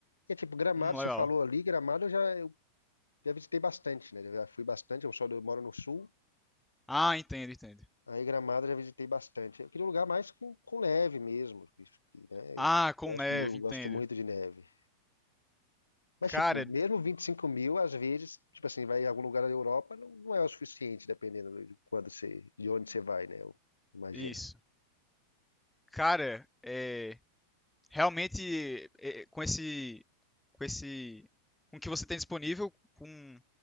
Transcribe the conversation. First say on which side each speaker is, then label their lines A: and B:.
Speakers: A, on the left; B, in the centre.
A: E, é tipo, Gramado,
B: hum, legal.
A: você falou ali, Gramado eu já, eu já visitei bastante, né? Eu Já fui bastante, eu só eu moro no sul,
B: Ah, entendo, entendo.
A: aí Gramado eu já visitei bastante. Eu queria um lugar mais com, com neve mesmo, isso que, né?
B: Ah,
A: Eu
B: com
A: gosto,
B: neve,
A: mu-
B: entendo.
A: gosto muito de neve. Mas,
B: Cara,
A: tipo, mesmo vinte e cinco mil, às vezes, tipo assim, vai em algum lugar da Europa, não, não é o suficiente, dependendo de quando você, de onde você vai, né? Eu, imagina.
B: isso. Cara, é, realmente é, com esse, com esse, com o que você tem disponível, com,